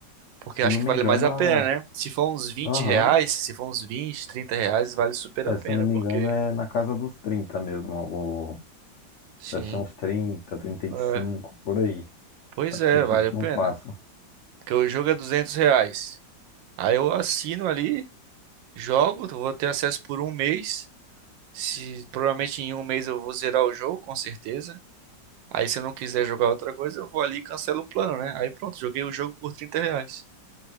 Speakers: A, on the right; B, on the left.
A: Porque
B: Se
A: acho
B: eu não
A: que
B: me
A: vale
B: engano,
A: mais a
B: a...
A: pena, né? Se for uns vinte
B: aham.
A: reais, se for uns 20, 30 reais, vale super
B: É,
A: a pena,
B: se eu não me
A: porque...
B: engano, é na casa dos 30 mesmo. o-
A: Sim.
B: Deve ser uns trinta trinta e
A: É,
B: cinco por aí.
A: pois
B: Acho
A: é,
B: que disso
A: vale a pena.
B: não passa.
A: Porque o jogo é 200 reais. Aí eu assino ali, jogo, vou ter acesso por um mês. Se, provavelmente em um mês eu vou zerar o jogo, com certeza. Aí se eu não quiser jogar outra coisa, eu vou ali e cancelo o plano, né? Aí pronto, joguei o jogo por trinta reais.